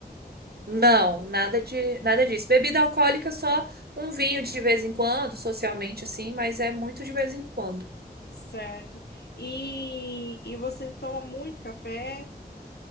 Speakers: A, on the right; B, on the left.
A: Não, nada de nada disso. Bebida alcoólica só um vinho de vez em quando, socialmente assim, mas é muito de vez em quando.
B: certo? E, e você toma muito café?